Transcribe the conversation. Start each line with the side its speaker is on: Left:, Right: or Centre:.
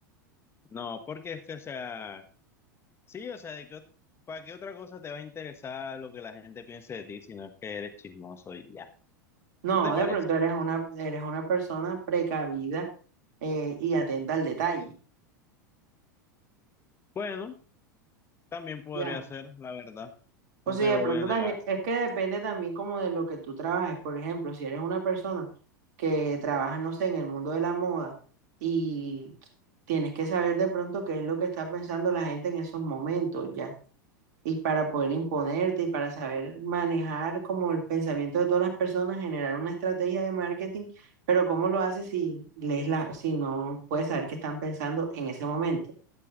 Left: No, porque es que, o sea, sí, o sea, de que, ¿para qué otra cosa te va a interesar lo que la gente piense de ti si no es que eres chismoso y ya?
Right: No,
Left: ¿No te parece?
Right: de pronto eres una, eres una persona precavida eh, y atenta al detalle.
Left: Bueno, también podría
Right: Ya.
Left: ser, la verdad,
Right: O
Left: no
Right: si
Left: te
Right: de
Left: lo
Right: pronto
Left: voy a negar.
Right: también, es que depende también como de lo que tú trabajes. Por ejemplo, si eres una persona que trabaja, no sé, en el mundo de la moda y tienes que saber de pronto qué es lo que está pensando la gente en esos momentos, ¿ya? Y para poder imponerte y para saber manejar como el pensamiento de todas las personas, generar una estrategia de marketing, pero ¿cómo lo haces si lees la, si no puedes saber qué están pensando en ese momento?